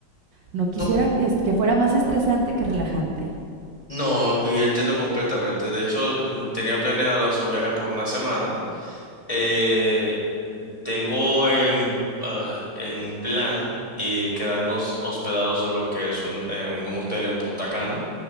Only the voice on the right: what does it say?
no quisiera
que, es- que fuera más estresante que relajante.